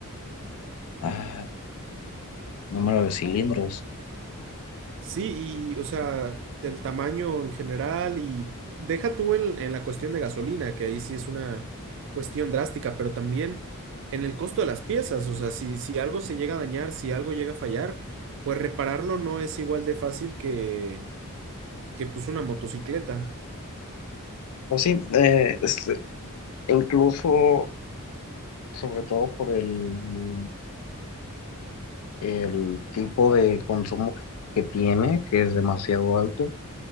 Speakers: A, on the left; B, on the right.
A: ah, número de cilindros.
B: Sí, y o sea, el tamaño en general y deja tú en, en la cuestión de gasolina, que ahí sí es una cuestión drástica, pero también en el costo de las piezas, o sea, si, si algo se llega a dañar, si algo llega a fallar, pues repararlo no es igual de fácil que, que pues una motocicleta.
A: Pues sí, eh, este, incluso sobre todo por el, el tipo de consumo que tiene, que es demasiado alto.